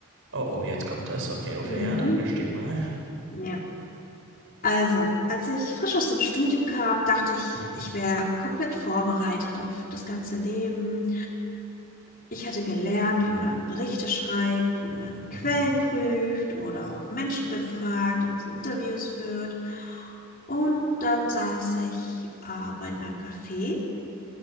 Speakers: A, on the right; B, on the left.
A: Oh, oh, jetzt kommt es. Okay, Ophelia,
B: Mhm.
A: ja, dann gesteh mal.
B: Ja. Also, als ich frisch aus dem Studium kam, dachte ich,
A: Hm,
B: ich wäre komplett vorbereitet auf das ganze Leben Ich hatte gelernt, wie man Berichte schreibt, wie man Quellen
A: hm,
B: prüft oder auch Menschen befragt, also Interviews führt. Und dann saß ich aber in einem Café